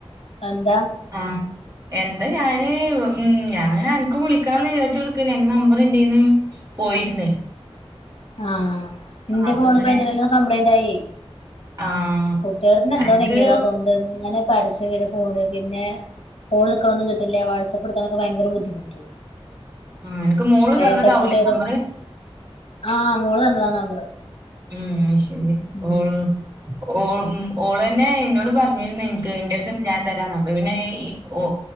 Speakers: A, on the left; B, on the right.
A: എന്താ
B: ആഹ് എന്ത്‌ ഞാന് ഉം ഞാൻ അനക്ക് വിളിക്കണംന്ന് വിചാരിച്ച് നിക്കേര്ന്ന് അന്റെ നമ്പർ എന്റെന്ന് പോയിരുന്നേ
A: ആഹ് എന്റെ
B: ആ, അപ്പൊ
A: ഫോണ്
B: അങ്ങനെ
A: ഇപ്പോ അയ്ന്റെഡെല് ഒന്ന് കംപ്ലൈന്റ് ആയി
B: ആഹ്
A: കുട്ടികടുത്ത്ന്ന് എന്തോ
B: അനക്ക്
A: നെങ്ങിയതാ തോണ്ട് ഇങ്ങനെ പരസ്യം വര് ഫോണ് പിന്നെ ഫോൺ എടുക്കണതൊന്നും കിട്ടില്ല വാട്സ്ആപ്പ് എടുക്കാനൊക്കെ ഭയങ്കര ബുദ്ധിമുട്ട്
B: ആഹ് അനക്ക് മോള്
A: ബേക്കടിച്ച്
B: തന്നതാവൂല്ലേ
A: ബേക്കടിച്ച്
B: നമ്പറ്
A: ആഹ് മോള് തന്നതാ നമ്പറ്
B: ഉം അത് ശരിയ
A: ഉം
B: ഓരോ ഓ ഉം ഓള് തന്നെ എന്നോട് പറഞ്ഞിരുന്ന് എനിക്ക് എന്റെട് ഞാൻ തരാന്ന് അപ്പ പിന്നെ ഈ ഓ